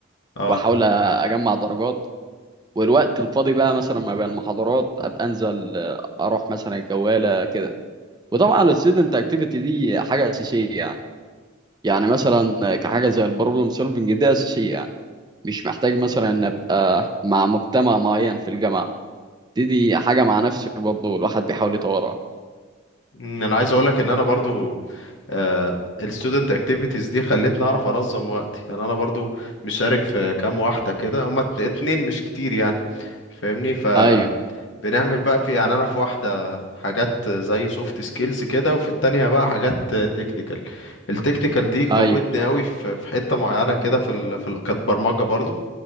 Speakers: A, on the left (about 75°); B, on the right (about 20°).
A: اه
B: وأحاول أجمع درجات والوقت الفاضي بقى مثلا ما بين المحاضرات أبقى أنزل أروح مثلا الجوالة كده وطبعا ال student activity دي حاجة أساسية يعني يعني مثلا كحاجة زي ال problem solving دي أساسية يعني مش محتاج مثلا إن أبقى مع مجتمع معين في الجامعة دي دي حاجة مع نفسي برضه الواحد بيحاول يطورها
A: مم. انا عايز اقولك ان انا برضو آه الستودنت اكتيفيتيز دي خلتني اعرف انظم وقتي يعني انا برضو مشارك في كام واحدة كده هما ات- اتنين مش كتير يعني فاهمني ف
B: أيوه
A: بنعمل بقى في يعني انا في واحده حاجات زي سوفت سكيلز كده وفي التانية بقى حاجات تكنيكال التكنيكال دي قوتني
B: أيوه
A: قوي في في حته معينه كده في ال... في ال... كانت برمجه برضو